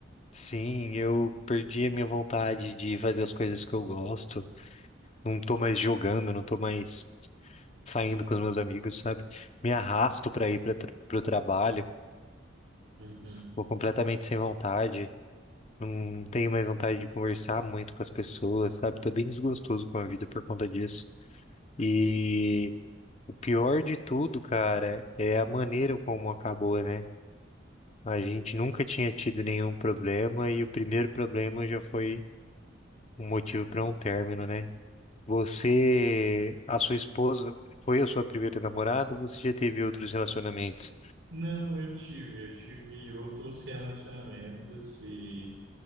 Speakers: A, on the left (about 35°); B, on the right (about 80°).
A: Sim, eu perdi a minha vontade de fazer as coisas que eu gosto. Não tô mais jogando, não tô mais saindo com os meus amigos, sabe? Me arrasto pra ir para pro trabalho,
B: Uhum.
A: vou completamente sem vontade. Não tenho mais vontade de conversar muito com as pessoas, sabe? Tô bem desgostoso com a vida por conta disso. E o pior de tudo, cara, é a maneira como acabou, né? A gente nunca tinha tido nenhum problema e o primeiro problema já foi um motivo para um término, né? Você, a sua esposa, foi a sua primeira namorada ou você já teve outros relacionamentos?
B: Não, eu tive, eu tive outros relacionamentos e